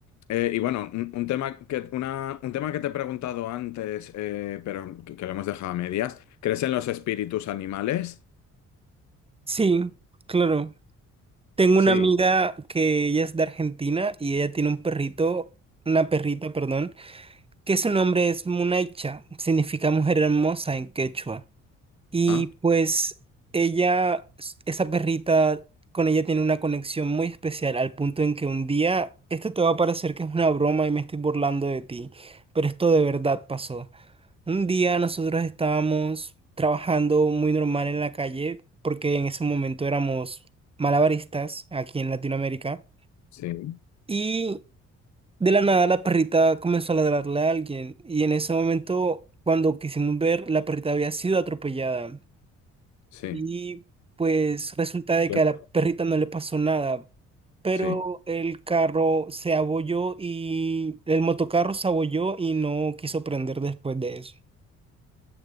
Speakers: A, on the left (about 65°); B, on the right (about 20°).
A: eh, y bueno, un, un tema que, una, un tema que te he preguntado antes, eh, pero que, que lo hemos dejado a medias. ¿Crees en los espíritus animales?
B: Sí, claro. Tengo
A: Sí.
B: una amiga que ella es de Argentina y ella tiene un perrito, una perrita, perdón que su nombre es Munaicha, significa mujer hermosa en quechua. Y
A: Ah,
B: pues ella, s- esa perrita, con ella tiene una conexión muy especial, al punto en que un día, esto te va a parecer que es una broma y me estoy burlando de ti, pero esto de verdad pasó. Un día nosotros estábamos trabajando muy normal en la calle, porque en ese momento éramos malabaristas aquí en Latinoamérica.
A: sí,
B: Y de la nada la perrita comenzó a ladrarle a alguien y en ese momento, cuando quisimos ver, la perrita había sido atropellada
A: sí.
B: y pues resulta
A: Lo
B: de
A: siento.
B: que a la perrita no le pasó nada, pero
A: Sí.
B: el carro se abolló y el motocarro se abolló y no quiso prender después de eso.